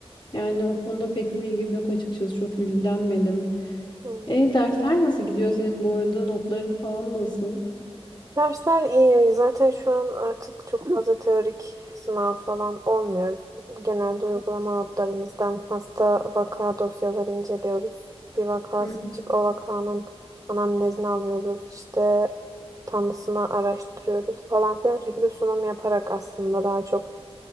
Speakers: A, on the left; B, on the right.
A: Yani o konuda pek bir bilgim yok açıkçası çok ilgilenmedim.
B: Hmm.
A: E dersler nasıl gidiyor senin bu arada notların falan nasıl?
B: Dersler iyi. Zaten şu an artık çok fazla teorik sınav falan olmuyoruz. Genelde uygulama notlarımızdan hasta vaka dosyaları inceliyoruz. Bir vaka
A: Hı
B: seçip o vakanın anamnezini alıyoruz. İşte tanısını araştırıyoruz falan filan şekilde sunum yaparak aslında daha çok